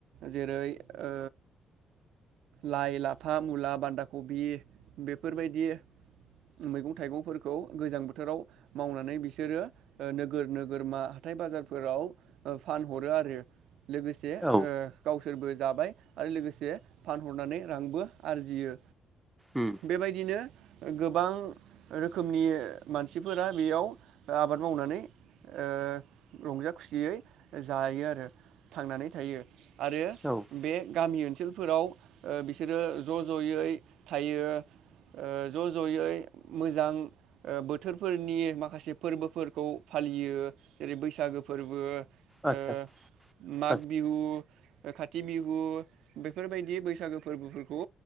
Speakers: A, on the right; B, in the centre.
A: जेरै ओ लाइ लाफा मुला बान्दा कबि बेफोरबायदि मैगं थाइगंफोरखौ गोजां बोथोराव मावनानै बिसोरो नोगोर नोगोरमा हाथाय बाजारफोराव फानहरो आरो लोगोसे ओ
B: औ
A: गावसोरबो जाबाय आरो लोगोसे फानहरनानै रांबो आरजियो
B: उम
A: बेबायदिनो गोबां रोखोमनि मानसिफोरा बेयाव आबाद मावनानै ओ रंजा खुसियै जायो आरो थांनानै थायो आरो
B: औ उम
A: बे गामि ओनसोलफोराव ओह बिस बिसोरो ज जयै थायो ओह ज जयै मोजां ओह बोथोरफोरनि माखासे फोरबोफोरखौ फालियो। जेरै बैसागो फोरबो।
B: आदसा
A: ओह माग
B: आदसा
A: बिहु खाथि बिहु बेफोरबायदि बैसागो फोरबोफोर खौ